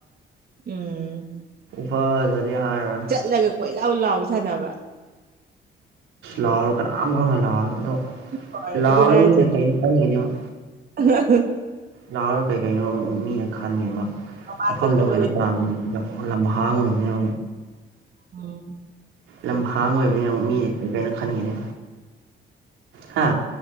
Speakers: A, on the right; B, on the right.
A: ꯎꯝ
B: ꯐꯖꯅꯤ ꯍꯥꯏꯔꯅ
A: ꯆꯠꯂꯒ ꯀꯣꯏ ꯂꯥꯎ ꯂꯥꯎ ꯁꯥꯟꯅꯕ
B: ꯂꯥꯎꯔ ꯀꯅꯥꯝ ꯈꯔ ꯑꯃ ꯂꯥꯎꯔ ꯑꯗꯣ
A: ꯍꯣꯏ
B: ꯂꯥꯎꯔ
A: ꯑꯗꯨꯅꯦ ꯍꯥꯏꯁꯦ
B: ꯃꯤꯅ ꯀꯩꯅꯣ ꯈꯟꯒꯅꯤꯛ
A: <unintelligible>
B: ꯂꯥꯛꯑꯣꯔ ꯀꯩ ꯀꯩꯅꯣ ꯑꯃꯨꯛ ꯃꯤꯅ ꯈꯟꯒꯦ
A: ꯃꯃꯥꯡ
B: ꯃꯐꯝꯗꯨ
A: ꯆꯠꯄꯗꯣ
B: ꯀꯩꯅꯣ ꯇꯥꯡꯉ ꯂꯝꯍꯥꯡꯉꯕꯅꯤꯅ
A: ꯑꯣ
B: ꯂꯝꯍꯥꯡ ꯑꯣꯏꯕꯅꯤꯅ ꯑꯃꯨꯛ ꯃꯤꯅꯤ ꯀꯩ ꯀꯅꯣ ꯈꯟꯈꯤꯅꯦ ꯍꯥ